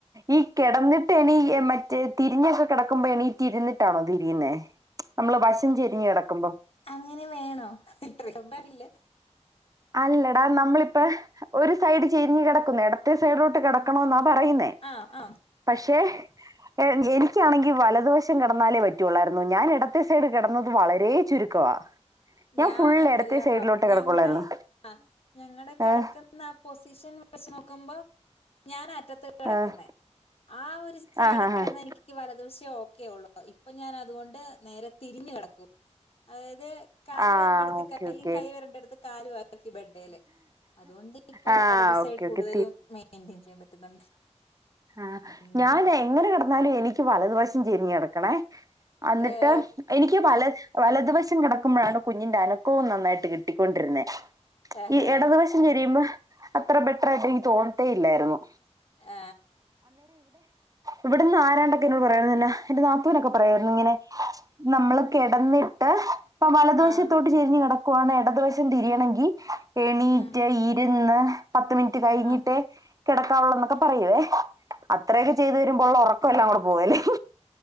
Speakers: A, on the right (about 30°); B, on the left (about 55°).
A: ഈ കിടന്നിട്ട് എണീ മറ്റേ തിരിഞ്ഞൊക്കെ കിടക്കുമ്പോ എണീറ്റ് ഇരുന്നിട്ടാണോ തിരിയുന്നേ നമ്മള് വശം ചെരിഞ്ഞ കിടക്കുമ്പോ
B: അങ്ങനെ വേണോ ഇത്രൊണ്ടറില്ല
A: അല്ലടാ നമ്മളിപ്പ ഒരു സൈഡ് ചിരിഞ്ഞ് കിടക്കുന്നു ഇടത്തെ സൈഡിലോട്ട് കിടക്കണോ എന്നാ പറയുന്നേ
B: ആഹ് ആഹ്
A: പക്ഷേ <unintelligible> എനിക്കാണെങ്കിൽ വലദോഷം കിടന്നാലേ പറ്റുള്ളായിരുന്നു ഞാൻ ഇടത്തെ സൈഡ് കിടന്നത് വളരെേ ചുരുക്കവാ ഞാൻ
B: ഞാ
A: ഫുൾ
B: ഉണ്ടല്ലോ
A: ഇടത്തെ സൈഡിലോട്ടേ കിടക്കുള്ളായിരുന്നു
B: ഞങ്ങളടെ ആ ഞങ്ങളുടെ കിടക്കുന്ന
A: ഏഹ്
B: ആ പൊസിഷൻ വെച്ച് നോക്കുമ്പോ ഞാൻ മുറ്റ കിടക്ക
A: ആഹ്
B: ആ ഒരു സൈഡ്
A: ആഹ് ആഹ്
B: കിടന്ന
A: ആഹ്
B: എനിക്ക് വലതുക്ഷെ ഒക്കെള്ളൂ ഇപ്പൊ ഞാൻ അതുകൊണ്ട് നേരെ തിരിഞ്ഞ കിടക്കും അതായത് കാല്
A: ആഹ്
B: വരണ്ട അടുത്ത്
A: ഓക്കെ
B: കൈും
A: ഓക്കെ
B: കൈ വരണ്ട അടുത്ത് കാലു ആ ബഡ അതുകൊണ്ട് ഇപ്പൊ
A: ആഹ്
B: ഇടത് സൈഡ
A: ഓക്കെ
B: കൂടുതലും
A: ഓക്കെ
B: മെയിറ്റൻ ചെയ്യാൻ പറ്റുന്നുണ്ട്
A: ആ
B: ഉം
A: ഞാൻ എങ്ങനെ കടന്നാലും എനിക്ക് എക്ക് പല ദിവശം ചെരിഞ്ഞ് എടുക്കണേ എന്നിട്ട്
B: ഏഹ്
A: എനിക്ക് പല വലതുവശം കിടക്കുമ്പോഴാണ് കുഞ്ഞിന്റെ അനക്കവും നന്നായിട്ട് കിട്ടിക്കൊണ്ടിരുന്നേ
B: ഏഹ്
A: ഈ ഇടതുവശം ചരിയുമ്പോ അത്ര ബെറ്റർായിട്ട് നി തോന്നത്തേ ഇല്ലായിരുന്നു
B: ആ
A: ഇവിടന്ന് ആരാണ്ടൊക്കെ എന്നോട് പറയായിരുന്നുന്നെ എന്റെ നാത്തുവിനൊക്കെ പറമായിരുന്നു ഇങ്ങനെ നമ്മള് കിടന്നിട്ട് ഇപ്പൊ വലതുവശത്തോട്ട്
B: ആഹ്
A: ചെരിഞ്ഞ് കിടക്ക പോണം ഇടതു വയസം തിരിയണമെങ്കിൽ എണീറ്റ്
B: ഉം
A: ഇരുന്ന് പത്ത് മിനിറ്റ് കഴിഞ്ഞിട്ടേ
B: ആഹ്
A: കിടക്കാവുള്ളൂ എന്നൊക്കെ പറയുവേ അത്രയൊക്കെ ചെയ്ത് വരുമ്പോ ഉള്ള ഉറക്കമല്ല കൂടെ പോവല്ലേ